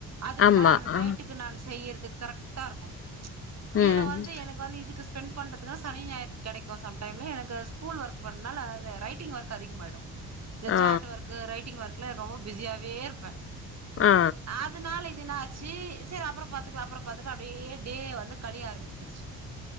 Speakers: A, on the right (about 40°); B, on the left (about 35°).
A: அதுக்கு
B: ஆமா.
A: மேல
B: ஆ.
A: நைட்டுக்கு நான் செய்ற அதுக் கரெக்ட்டா இருக்கு. இதுல
B: ம்.
A: வந்து எனக்கு வந்து இதுக்குசு ஸ்பெண்ட் பண்றதுக்குன சனி ஞாயிற் கெடைக்கு. சம்டைம்ல எனக்கு ஸ்கூல் ஒர்க் பண்ணால அந்த ரைட்டிங் ஒர்க் அதிகமாய்டு. இந்த
B: ஆ.
A: சாட் வொர்க்கு ரைட் வொர்க்குல ரொம்பொ பிஸியாவே இருப்ப.
B: ஆ. ஆ.
A: அதனால இது நா ச்சீ சேரி அப்பறோ பாத்துக்கலா அப்பறோ பாத்துக்கலா அப்டியே டே வந்து கழிய ஆரம்பிச்சிருச்சு.